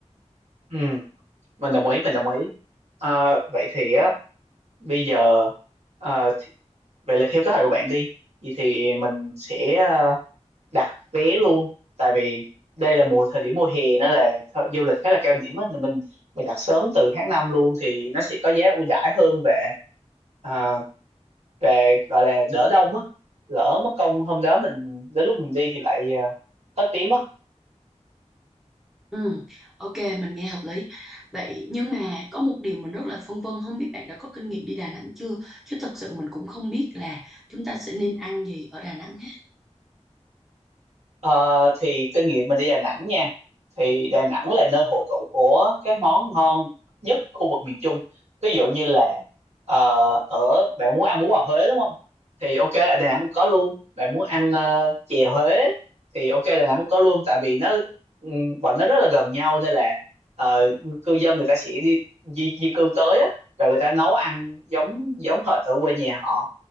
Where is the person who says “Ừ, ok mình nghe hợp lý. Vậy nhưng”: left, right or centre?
Centre